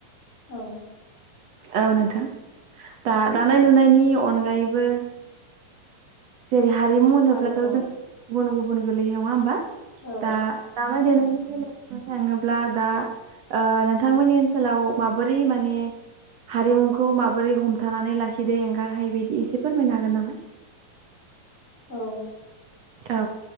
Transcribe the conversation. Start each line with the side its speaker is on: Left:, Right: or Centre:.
Left: औ
Right: औ नोंथां दा दानाय लुनायनि अनगायैबो जेरै हारिमु होनोब्लाथ'
Left: हारिमु
Right: जों गुबुन गुबुन गोलैयो नङा होमबा?
Left: औ
Right: दा दामनाय देनायनि बेलायाव बुंनो थाङो ब्ला दा ओ नोंथांमोननि ओनसोलाव माबोरै माने हारिमुखौ माबोरै हम थनानै लाखिदों एंगारहायै बायदि एसे फोरमायनो हागोन नामा?
Left: औ
Right: औ